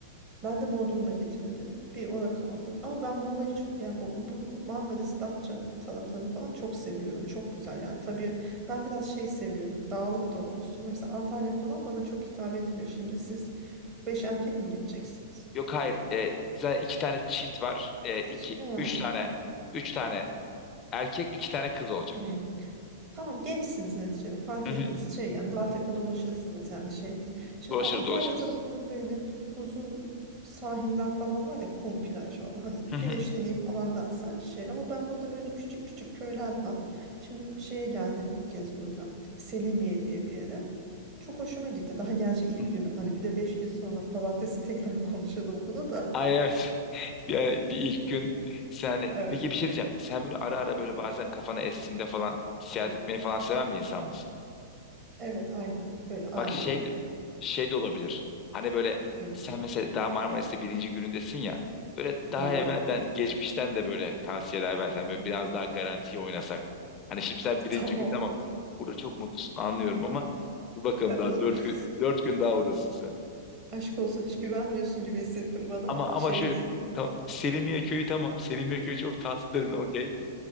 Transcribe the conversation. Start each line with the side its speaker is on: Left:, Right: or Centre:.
Right: ben de Bodrum'a gitmedim. Bir orada kaldım. Ama ben Muğla'yı ç- ya bu, bu Marmaris, Datça taraflarını falan çok seviyorum. Çok güzel yani. Tabii ben biraz şey seviyorum. Dağlık da olsun. Mesela Antalya falan bana çok hitap etmiyor. Şimdi siz beş erkek mi gideceksiniz?
Left: Yok hayır e, zaten iki tane çift var. E,
Right: İş-
Left: iki,
Right: Ha.
Left: üç tane üç tane erkek iki tane kız olacak.
Right: hı. Tamam gençsiniz neticede fark
Left: Hı hı.
Right: etmez. Şey yani dağ
Left: hı hı.
Right: tepe dolaşırsınız yani şey değil. Şimdi
Left: Dolaşırız
Right: o Antalya
Left: dolaşırız.
Right: tarafında böyle uzun sahiller falan var ya kum plaj falan hani
Left: Hı hı.
Right: güneşleneyim falan dersen şey ama ben burada böyle küçük küçük köyler var. Şimdi şeye geldim ilk kez burada Selimiye diye bir yere. Çok hoşuma gitti. Daha gerçi ilk
Left: hı.
Right: günüm hani bir de beş gün sonra pazartesi <laughs> tekrar konuşalım bunu da.
Left: Ay
Right: <laughs>
Left: evet. <laughs> yani bir ilk gün sen
Right: Evet.
Left: peki bir şey diyeceğim. Sen böyle ara ara
Right: Hı,
Left: böyle bazen kafana estiğinde falan seyahat
Right: Evet.
Left: etmeyi falan seven bir insan mısın?
Right: Evet aynen böyle aniden.
Left: Bak şey de, şey de olabilir. Hani böyle
Right: Hı.
Left: sen mesela daha Marmaris'te birinci günündesin ya. Böyle daha
Right: Hı.
Left: evvelden, geçmişten de böyle tavsiyeler versen,
Right: Hı.
Left: böyle biraz daha garantiye oynasak. Hani şimdi sen
Right: <laughs>
Left: birinci
Right: Tamam.
Left: gün tamam. Burada çok mutlusun anlıyorum ama dur bakalım
Right: E, o
Left: daha
Right: <laughs>
Left: dört gün, dört gün daha oradasın sen.
Right: Aşk olsun hiç güvenmiyorsun gibi hissettim bana.
Left: Ama ama
Right: Şey
Left: şöyle
Right: değil.
Left: tamam Selimiye köyü tamam. Selimiye köyü çok tatlı dedin okey.